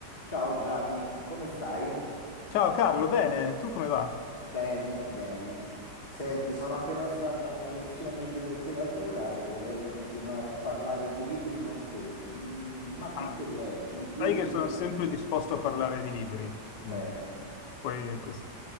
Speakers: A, on the left; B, on the left.
A: Ciao Gianni, come stai?
B: Ciao Carlo, bene, tu come va?
A: Bene, bene. Senti, sono appena stato a una lezione di letteratura e vorrei continuare a parlare di libri con te. Mm, ma tu
B: Ah,
A: che leggi gli
B: Sai
A: ultimi?
B: che sono sempre
A: tempi?
B: disposto a parlare di libri.
A: Bene,
B: Mm. Poi- poi- sì.